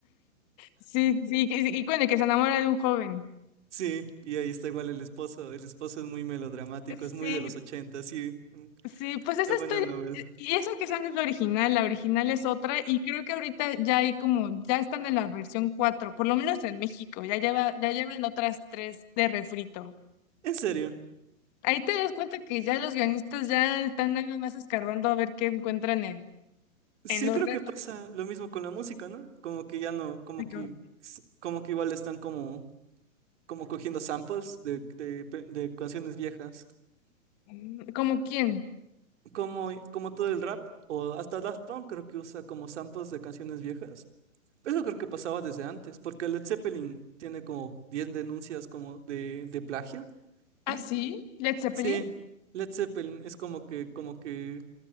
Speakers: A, on the left; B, on the right.
A: sí, sí, que- y, bueno, que se enamora de un joven.
B: Sí, y ahí está igual el esposo. El esposo es muy melodramático,
A: Sí,
B: es muy de los 80, sí. Mm,
A: Sí, pues esa
B: Qué buena
A: historia,
B: novela.
A: y eso que esa no es la original, la original es otra, y creo que ahorita ya hay como, ya están en la versión 4, por lo menos en México, ya lleva, ya llevan otras tres de refrito.
B: En serio,
A: Ahí te das cuenta que ya los guionistas ya están nada más escarbando a ver qué encuentran en,
B: sí
A: en los
B: creo
A: retos.
B: que pasa lo mismo con la música, ¿no? Como que ya no, como
A: Ay,
B: que,
A: qué horror.
B: como que igual están como, como cogiendo samples de, de, de canciones viejas.
A: Mm, ¿Cómo quién?
B: Como, como todo el rap, o hasta Daft Punk creo que usa como samples de canciones viejas. Eso creo que pasaba desde antes, porque Led Zeppelin tiene como 10 denuncias como de, de plagio.
A: Ah,
B: <clears throat>
A: sí, Led Zeppelin,
B: Sí, Led Zeppelin es como que, como que,